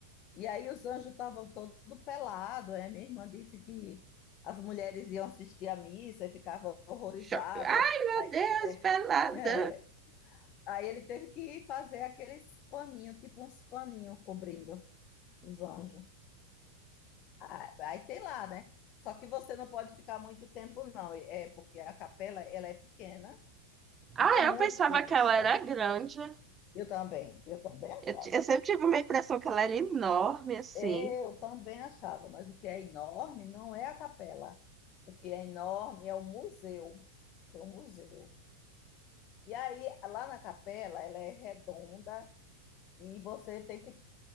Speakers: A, on the left (about 40°); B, on the right (about 25°).
A: E aí os anjos estavam todos pelados, é? Minha irmã disse que as mulheres iam assistir à missa e ficavam horrorizadas.
B: Cho- Ai, meu
A: Aí,
B: Deus, pelada.
A: é, aí ele teve que fazer aqueles paninhos, tipo uns paninhos cobrindo. Os anjos. Ah, Aí tem lá, né? Só que você não pode ficar muito tempo, não. É porque a capela, ela é pequena
B: Ah,
A: e tem muito
B: eu pensava
A: turista.
B: que ela era grande.
A: Eu também, eu também achava.
B: Eu, ti- eu sempre tive uma impressão que ela era enorme, assim.
A: Eu também achava, mas o que é enorme não é a capela. O que é enorme é o museu. Tem um museu. E aí, lá na capela, ela é redonda e você tem que